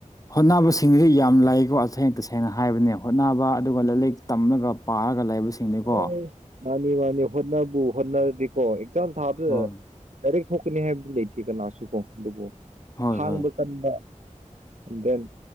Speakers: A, on the left (about 25°); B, on the right (about 60°).
A: ꯍꯣꯠꯅꯕꯁꯤꯡꯗꯤ ꯌꯥꯝ ꯂꯥꯏꯀꯣ ꯇꯁꯦꯡ ꯇꯁꯦꯡꯅ ꯍꯥꯏꯕꯅꯦ ꯍꯣꯠꯅꯕ ꯑꯗꯨꯒ ꯂꯥꯏꯔꯤꯛ ꯇꯝꯂꯒ ꯄꯥꯔꯒ ꯂꯩꯕꯁꯤꯡ ꯤꯡꯗꯩꯀꯣ
B: ꯑꯁ, ꯃꯥꯅꯤ ꯃꯥꯅꯤ ꯍꯣꯠꯕꯨ ꯍꯣꯠꯅꯔꯗꯤꯀꯣ ꯑꯦꯛꯖꯥꯝ ꯊꯥꯕꯗꯨꯗ
A: ꯍꯣꯏ
B: ꯂꯥꯏꯔꯤꯛ ꯊꯣꯛꯀꯅꯤ ꯍꯥꯏꯕꯗꯤ ꯂꯩꯇꯦ ꯀꯅꯥꯁꯨ ꯀꯣ ꯑꯗꯨꯕꯨ
A: ꯍꯣꯏ
B: ꯈꯥꯡꯕ
A: ꯍꯣꯏ
B: ꯀꯟꯕ ꯑꯦ ꯗꯦꯟ